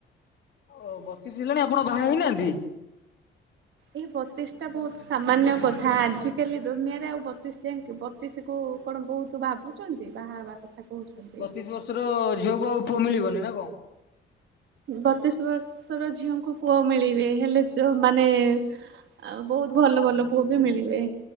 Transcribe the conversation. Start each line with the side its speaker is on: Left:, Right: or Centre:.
Left: ଓ ବତିଶ ହେଲାଣି ଆପଣ ବାହା ହେଇନାହାନ୍ତି?
Right: ଏଇ ବତିଶ ଟା ବହୁତ ସାମାନ୍ୟ କଥା ଆଜିକାଲି ଦୁନିଆରେ ଆଉ ବତିଶ ଯାଇକି ବତିଶ କୁ କଣ ବହୁତ ଭାବୁଛନ୍ତି ବାହା ହେବା କଥା? କହୁଛନ୍ତି।
Left: ବତିଶ ବର୍ଷର ଝିଅକୁ ଆଉ ପୁଅ ମିଳିବନି ନା କଣ?
Right: ବତିଶ ବର୍ଷର ଝିଅଙ୍କୁ ପୁଅ ମିଳିବେ ହେଲେ ମାନେ ଆଉ ବହୁତ ଭଲ ଭଲ ପୁଅ ବି ମିଳିବେ।